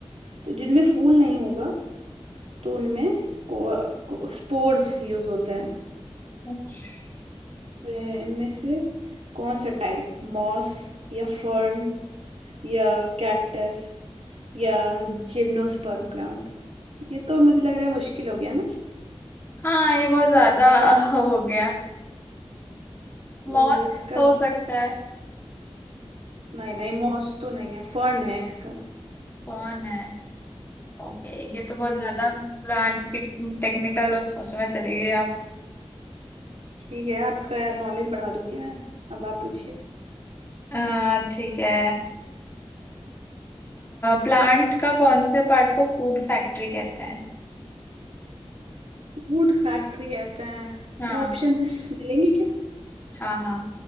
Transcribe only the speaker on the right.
तो जिनमें फूल नहीं होगा तो उनमें को, स्पोर्स यूज होते हैं
तो इनमें से कौन सा टाइप मॉस या फर्न या कैक्टस या जिम्नोस्पर्म प्लांट ये तो मुझे लग रहा है मुश्किल हो गया ना
तो
इसका
नहीं नहीं मॉस तो नहीं है फर्न है इसका
हम्म
ठीक है आपका नॉलेज बढ़ा दूंगी मैं अब आप पूछिए
वुड फैक्ट्री कहते हैं
ऑप्शंस मिलेंगे क्या